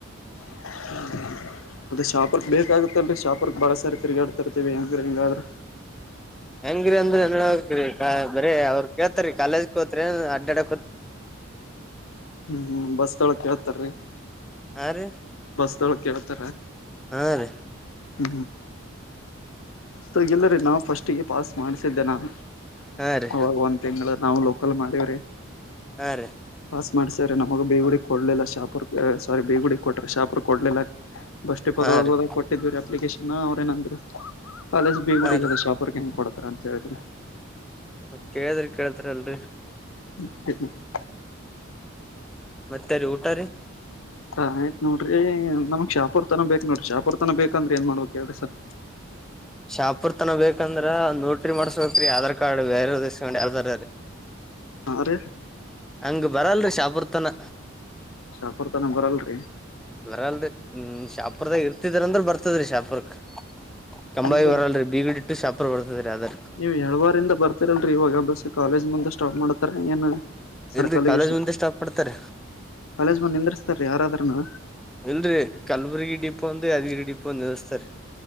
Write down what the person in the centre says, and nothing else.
ಹೆಂಗ್ರರಿ ಅಂದ್ರೆಹೆಂಗ್ ಬರ ಅವ್ರು ಕೇಳ್ತರಿೀ ಕಾಲೇಜ್ ಕೋತ್ರಿನ್ ಅಡ್ಡಾಡೋತ್ರಿ.
ಹಾರಿ
ಹಾ ರೀ
ಹಾ ರೀ
ಹಾರೀ
ಹಾ ರೀ
ಹಾ ರೀ
ಮತ್ ಕೇಳದ್ರಿ ಕೇಳ್ತರಿ ಅಲ್ರರಿ.
ಮತ್ತೆ ರೀ ಊಟ ರೀ.
ಶಾಪುರ್ ತನ ಬೇಕಂದ್ರ ನೋಟ್ರಿ ಮಾಡ್ಸ್ಬೇಕ್ರೀ ಆಧಾರ್ ಕಾರ್ಡ್ ಬೇರವ ಇಸ್ಕೊಂಡ್ ಯಾರದರ ರೀ.
ಹಂಗ ಬರಲ್ರರಿ ಶಾಪುರ್ತನ.
ಬರಲ್ರಿ ಹ್ಮ್ ಶಾಪುರ್ದಾಗ ಇರ್ತಿದ್ರಂದ್ರ ಬರ್ತದ್ರಿ ಶಾಪುರ್ಕ್. ಕೆಂಭಾವಿ
ಬರಲ್ರೀ ಬೀಗುಡ್ ಟ್ಟು ಶಾಪರ್ ಬರ್ತದ ರೀ ಆದರೆ.
ಇಲ್ರರಿ ಕಾಲೇಜ್
ಮುಂದೆ
ಸ್ಟಾಪ್ ಮಾಡ್ತಾರ
ಇಲ್ರರಿ ಕಲ್ಬುರ್ಗಿ ಡಿಪೋ ಒಂದ ಯಾದಗಿರಿ ಡಿಪೋ ಒಂದ ನಿಲ್ಲಸ್ತಾರೀ.